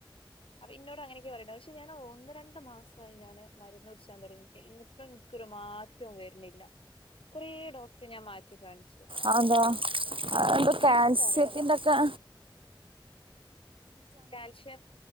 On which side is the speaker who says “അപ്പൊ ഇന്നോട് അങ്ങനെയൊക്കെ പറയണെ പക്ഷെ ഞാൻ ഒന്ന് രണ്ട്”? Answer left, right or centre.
Left